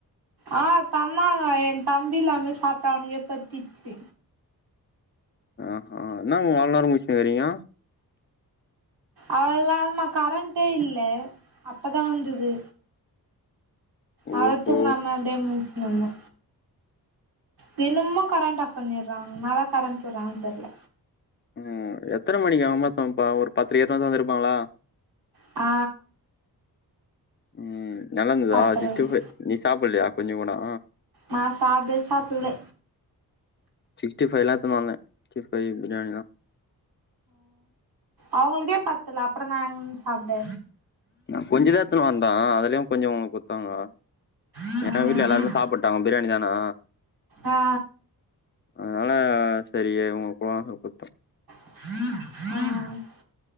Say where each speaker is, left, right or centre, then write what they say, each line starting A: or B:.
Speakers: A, on the right; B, on the left.
A: ஆ தந்தாங்க என் தம்பி இல்லாமே சாப்ட்டான் அவனுக்கே பத்திர்ச்சு
B: ஆ ஹா என்ன நீங்க அவுள்நேரோ முழ்ச்னிருக்குறீங்க
A: அவள்நேர்மா கரண்ட்டே இல்ல அப்பதா வந்தது
B: ஓஹோ
A: அதா தூங்கம அப்டியே முழ்ச்னிருக்குற தினமு கரண்ட் ஆஃப் பண்ணிர்றாங் என்னதா கரண்ட் விட்றாங்கன் தெரில
B: ம் எத்தன மணிக்கு அமத்தாங்ப்பா ஒரு பத்துரு ஏத்துன் வந்து வந்துருப்பாங்ளா
A: ஆ
B: ம் நல்லா இருந்துதா
A: பத்தர
B: சிக்ஸ்டி
A: இருக்கு
B: ஃப நீ சாப்புலயா கொஞ்ச கூடோ
A: நான் சாப்டே சாப்பிலல
B: சிகஸ்டி ஃபைலா எத்துன் வந்த சிஸ்ட் ஃபை பிரியாணிலா
A: அவுங்குளுக்கே பத்துல அப்புறோ நா எங் சாப்ட
B: நா கொஞ்சுதா எத்துன் வந்தா அதுலியு கொஞ்சோ ஒனக் குட்த்தாங்ளா
A: ம்
B: ஏன் வீட்ல எல்லார்மே சாப்புட்டு பிரியாணிதானா
A: ஆ
B: அதுனால சேரி இவ்ங்குளுக்குலா குட்த்த
A: ஆமா